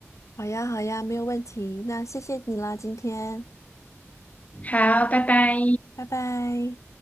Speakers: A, on the left (about 80°); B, on the left (about 30°).
A: 好呀，好呀，没有问题。那谢谢你啦，今天，
B: 好，拜拜。
A: 拜拜。